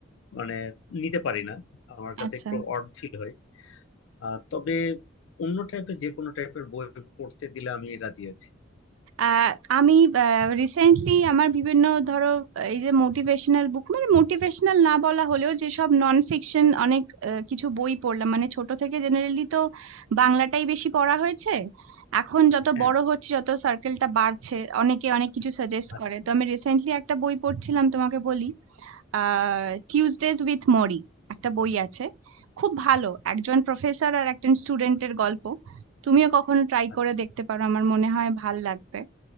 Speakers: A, on the left; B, on the right.
A: মানে নিতে পারি না আমার কাছে
B: আচ্ছা
A: একটু অড ফিল হয় আহ, তবে অন্য টাইপের যে কোনো টাইপের বই পড়তে দিলে আমি রাজি আছি
B: আহ, আমি রিসেন্টলি আমার বিভিন্ন ধরো এই যে মোটিভেশনাল বুক মানে মোটিভেশনাল না বলা হলেও যেসব নন ফিকশন অনেক আহ, কিছু বই পড়লাম মানে ছোট থেকে জেনারেলি তো বাংলাটাই বেশি পড়া হয়েছে এখন যত
A: হ্যাঁ
B: বড় হচ্ছে যত সার্কেলটা বাড়ছে অনেকে অনেক কিছু সাজেস্ট
A: আচ্ছা
B: করে তো আমি রিসেন্টলি একটা বই পড়ছিলাম তোমাকে বলি আহ টিউজডেজ উইথ মরি একটা বই আছে খুব ভালো একজন প্রফেসর আর একজন স্টুডেন্টের গল্প তুমিও কখনো ট্রাই
A: আচ্ছা
B: করে দেখতে পারো আমার মনে হয় ভাল লাগবে